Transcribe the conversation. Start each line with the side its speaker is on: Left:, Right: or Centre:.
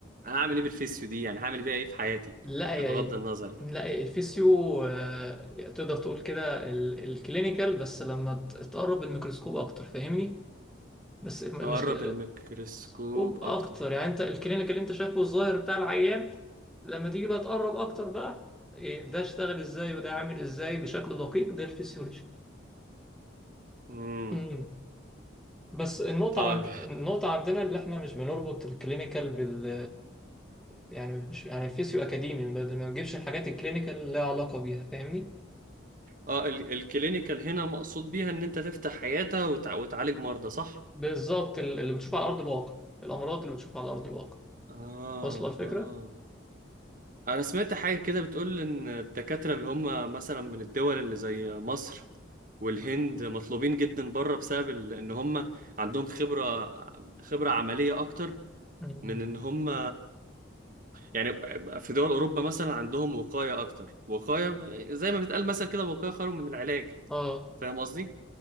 Right: هعمل ايه بالفيسيو دي يعني هعمل بيها ايه في حياتي
Centre: لا يا
Right: يعني بغض
Centre: ال...
Right: النظر
Centre: لا يا الفيسيو آه، تقدر تقول كده ال... الكلينيكال بس لما ت- تقرب الميكروسكوب أكتر فاهمني بس المشكلة
Right: اقرب الميكروسكوب
Centre: وأكتر
Right: اكتر
Centre: يعني أنت الكلينيك اللي أنت شايفه الظاهر بتاع العيان لما تيجي بقى تقرب أكتر بقى إيه، ده اشتغل إزاي وده عامل إزاي بشكل دقيق ده الفسيولوجي
Right: امم
Centre: مم. بس النقطة
Right: طيب
Centre: عند النقطة عندنا اللي احنا مش بنربط الكلينيكال بال يعني مش يعني الفيسيو أكاديمي ما ما بنجيبش الحاجات الكلينيكال اللي لها علاقة بيها فاهمني؟
Right: اه ال... الكلينيكال هنا مقصود بيها ان انت تفتح عيادة وتع... وتعالج مرضى صح
Centre: بالظبط ال- اللي بتشوفه على أرض الواقع الأمراض اللي بتشوفها على أرض الواقع
Right: اه
Centre: واصلة الفكرة؟
Right: اه انا سمعت حاجة كده بتقول ان الدكاترة اللي هم مثلا من الدول اللي زي مصر والهند مطلوبين جدا بره بسبب ال- ان هم عندهم خبرة خبرة عملية اكتر
Centre: مم.
Right: من ان هم يعني في دول اوروبا مثلا عندهم وقاية اكتر وقاية زي ما بتقال مثلا كده وقاية خير من العلاج
Centre: اه
Right: فاهم قصدي